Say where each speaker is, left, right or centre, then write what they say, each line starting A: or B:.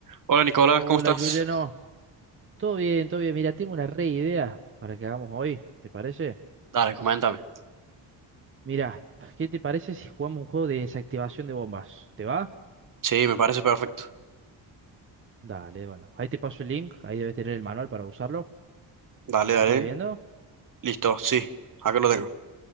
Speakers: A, on the right; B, on the right.
A: Hola Nicolás,
B: Hola
A: ¿cómo estás?
B: Juliano, todo bien, todo bien. Mira, tengo una re idea para que hagamos hoy, ¿te parece?
A: Dale, coméntame.
B: Mira, ¿qué te parece si jugamos un juego de desactivación de bombas? ¿Te va?
A: Sí, me parece perfecto.
B: Dale, bueno, ahí te paso el link, ahí debes tener el manual para usarlo.
A: Dale,
B: ¿Lo
A: dale.
B: estás viendo?
A: Listo, sí, acá lo tengo.